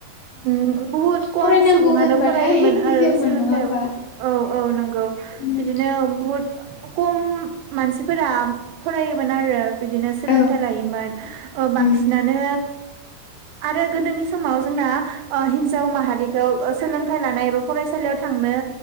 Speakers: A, on the right (about 85°); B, on the left (about 80°).
A: उम बुहुत खम
B: फरायनांगौ
A: सुबुङानो
B: होनबाथाय
A: फरायोमोन
B: गियोमोन
A: आरो सोलोंथायाइ
B: नङा होमबा
A: आव औ औ नंगौ
B: उम
A: बिदिनो बुहुत खम मानसि फोरा फरायो मोन आरो। बिदिनो सोलोंथाइ
B: औ
A: लायोमोन ओ बांसि
B: उम
A: नानो आरो गोदोनि समाव जोंना ओ हिन्जाव माहारिखौ ओ सोलोंथाइ लानाय एबा फरायसालियाव थांनो